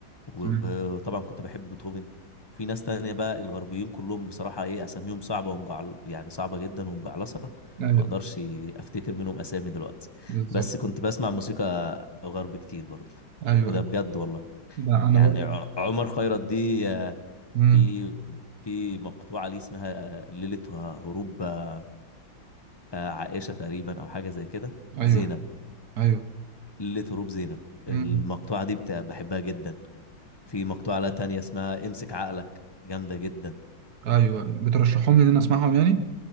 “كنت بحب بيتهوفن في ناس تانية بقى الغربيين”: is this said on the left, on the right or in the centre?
Left